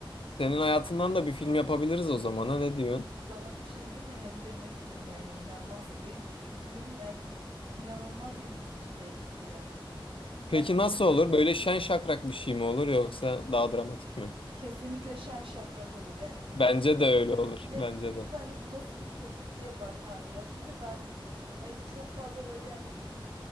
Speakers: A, on the left; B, on the right.
A: senin hayatından da bir film yapabiliriz o zaman ha ne diyorsun?
B: Sana bir şey diyeyim mi? Hem de ne film yani inanmazsın. Benim küçüklüğüm yani inanılmaz ilginç geçti ya.
A: Peki
B: Ya
A: nasıl olur? Böyle şen şakrak bir şey mi olur yoksa daha dramatik mi?
B: kesinlikle şen şakrak olur. Yani millet
A: Bence de öyle olur.
B: millet
A: Bence
B: dediği
A: de.
B: gibi hani bu nasıl bir çocuk diye bakar ya. Çünkü ben hani çok fazla böyle hani